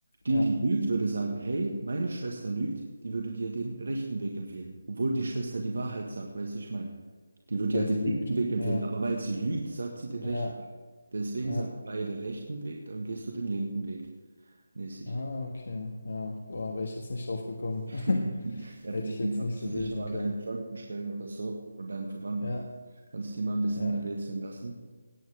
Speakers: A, on the right; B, on the left.
A: Die,
B: Ja,
A: die lügt, würde sagen, hey, meine Schwester lügt, die würde dir den rechten Weg empfehlen. Obwohl die Schwester die Wahrheit sagt, weißt du, ich meine, Die würde
B: weil
A: ja den
B: sie lügt.
A: linken Weg empfehlen,
B: Ja,
A: aber weil sie lügt, sagt sie den
B: ja,
A: rechten Weg. Deswegen
B: ja.
A: sagen beide rechten Weg, dann gehst du den linken Weg mäßig.
B: Ah, okay. Ja, boah, wäre ich jetzt nicht drauf gekommen.
A: <laughs>
B: <laughs>
A: Ja,
B: Hätte
A: den
B: ich
A: den
B: jetzt
A: kannst
B: nicht so
A: du sicher
B: lösen
A: mal
B: können.
A: deinen Freunden stellen oder so, oder deinen Verwandten.
B: Ja,
A: Kannst die mal ein bisschen
B: ja,
A: rätseln lassen.